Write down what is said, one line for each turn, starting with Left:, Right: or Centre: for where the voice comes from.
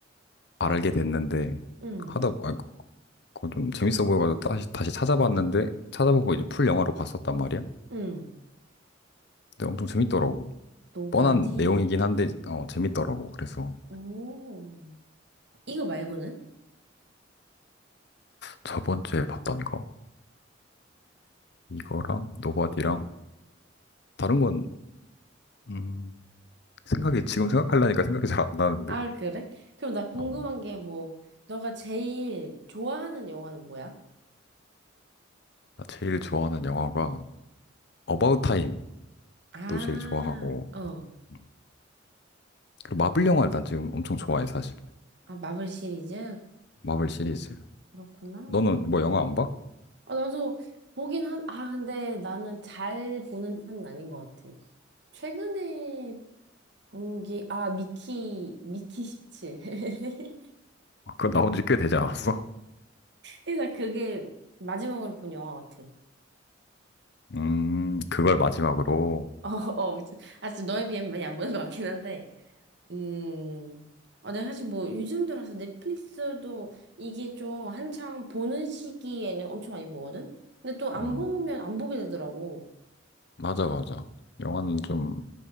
Left: 알게 됐는데
Right: 응,
Left: 하다 아, 그거 좀 재밌어 보여가지고 다시 다시 찾아봤는데 찾아보고 이제 풀 영화로 봤었단 말이야.
Right: 응.
Left: 근데 엄청 재밌더라고.
Right: 노바디?
Left: 뻔한 내용이긴 한데 어, 재밌더라고. 그래서
Right: 오. 이거 말고는?
Left: 저번 주에 봤던 거 이거랑 노바디랑 다른 건 음, 생각이 지금 생각하려니까 생각이 잘 안 나는데
Right: 아, 그래? 그럼 나 궁금한
Left: 어,
Right: 게 뭐, 너가 제일 좋아하는 영화는 뭐야?
Left: 나 제일 좋아하는 영화가 어바웃 타임도
Right: 아,
Left: 제일 좋아하고
Right: 어.
Left: 음, 그리고 마블 영화를 난 지금 엄청 좋아해 사실.
Right: 아, 마블 시리즈?
Left: 마블 시리즈.
Right: 그렇구나.
Left: 너는 뭐 영화 안 봐?
Right: 아, 나도 보긴 한, 아, 근데 나는 잘 보는 편은 아닌 것 같아. 최근에 본 게, 아, 미키, 미키 십칠. <laughs>
Left: 아, 그거 나온 지 꽤 되지 않았어?
Right: 그래서 그게 마지막으로 본 영화 같아.
Left: 음, 그걸 마지막으로.
Right: <laughs> 어, 어. 아, 진짜 너에 비하면 많이 안 보는 것 같긴 한데. 음. 아, 내가 사실 뭐 요즘 들어서 넷플릭스도 이게 좀 한창 보는 시기에는 엄청 많이 보거든? 근데 또 안
Left: 음,
Right: 보면 안 보게 되더라고.
Left: 맞아, 맞아. 영화는 좀